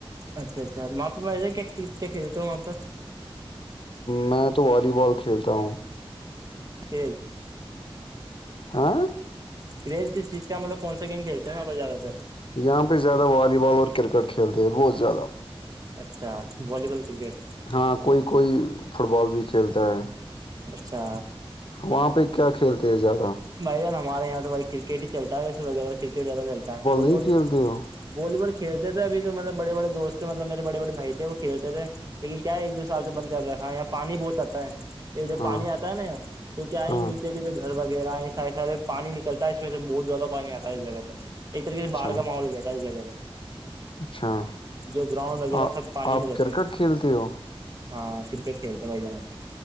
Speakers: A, on the right; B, on the left.
A: اچھا اچھا وہاں پہ م کیا کھیلتا ہوں وہاں پر
B: میں تو والی بال کھیلتا ہوں
A: ت
B: ہاں
A: کریز کس چیز کا مطلب کونا گیم کھیلتے ہیں آپ زیادہ تر
B: یہاں پہ زیادہ والی بال اور کرکٹ کھیلتے ہیں بہت زیادہ
A: اچھا ولییبال کرکٹ
B: ہاں کوئی کوئی فٹ بال بھی کھیلتا ہے
A: اچھا
B: وہاں پہ کیا کھیلتے ہیں زیادہ
A: بھائی ج ہمارے یہاں تو بھائی کرکٹ ہی چلتا ہے ویسے وغیرہ کرکٹ زیادہ چلتا ہے والی
B: نہیں
A: بال بھی
B: کھیلتے ہو
A: والی بال کھیلتے تھےب جو مطلب بڑےڑے دوست ملب میرے بڑے بڑے بائی تھے وہ کل تھے لیکن کیا ہے ایک دو سال سے بند کر رکھا ہے یہاں پانی بہت آتا ہے یہ ادھر
B: ہاں
A: پانی آتا ہے نا تو کیا ہے
B: ہاں
A: نیچے کے جو گھر والاے سارے پانی نکلتا ہے اس میں سے بہت زیادہ پانی آتا ہے اس جگہ پہ ایک طرح سے
B: اچھا
A: باھ کا ماحول ہو جاتا ہے اس جگہ سے
B: اچھا
A: جو گراؤنڈ وغیرہ
B: آ-
A: سب پانی
B: آپ
A: میں جاتتے
B: کرکٹ
A: ہیں
B: کھیلتے ہو
A: ہاں ک کرکٹ کھیلتے ب جاان ہم